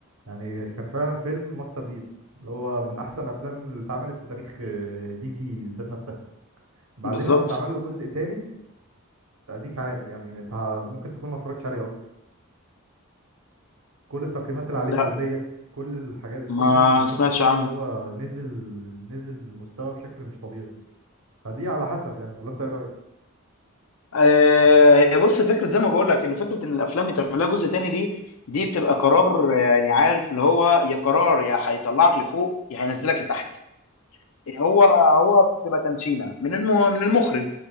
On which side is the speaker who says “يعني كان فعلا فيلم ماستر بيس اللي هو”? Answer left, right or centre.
Right